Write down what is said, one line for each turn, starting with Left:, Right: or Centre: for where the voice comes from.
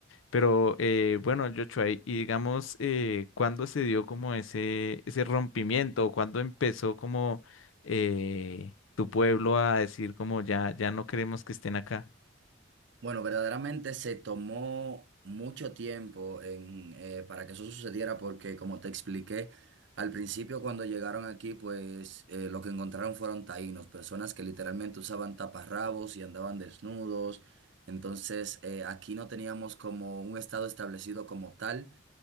Left: Pero eh, bueno, Joshua, y y digamos, eh, ¿cuándo se dio como ese, ese rompimiento? o ¿Cuándo empezó como eh, tu pueblo a decir como ya, ya no queremos que estén acá?
Right: Bueno, verdaderamente se tomó mucho tiempo en, eh, para que eso sucediera porque, como te expliqué, al principio cuando llegaron aquí, pues eh, lo que encontraron fueron taínos, personas que literalmente usaban taparrabos y andaban desnudos. Entonces, eh, aquí no teníamos como un estado establecido como tal.